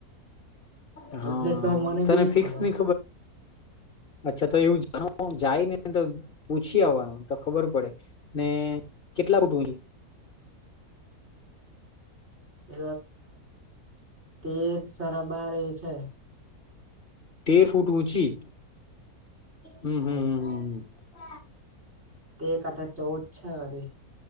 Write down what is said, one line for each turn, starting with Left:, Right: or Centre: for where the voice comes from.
Left: હા
Right: એક્ઝેટ ભાવ મને ભી
Left: તને
Right: નહી
Left: ફિક્સ
Right: ખબર.
Left: ની
Right: <inaudible>
Left: અચ્છા તો એવું જાણ જાય ને તો પૂછી આવવાનું તો ખબર પડે, ને કેટલા ફૂટની?
Right: એ તેર સરાબાર એ છે.
Left: તેર ફૂટ ઊંચી, હમ હમ હમ હ
Right: તે આઠ ચૌદ છે અરે.